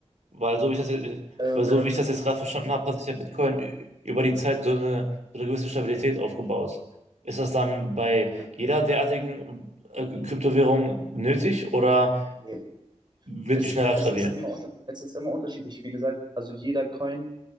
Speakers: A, on the right; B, on the right.
A: Weil so wie ich das jetzt,
B: Ähm,
A: weil so wie ich das jetzt gerade verstanden habe, hat sich ja Bitcoin ü- über die Zeit so eine, so eine gewisse Stabilität aufgebaut. Ist das dann bei
B: ja.
A: jeder derartigen äh, Kryptowährung nötig oder
B: Nee.
A: wird
B: Es,
A: die schneller
B: es
A: stabil?
B: ist immer unter, es ist immer unterschiedlich. Wie gesagt, also jeder Coin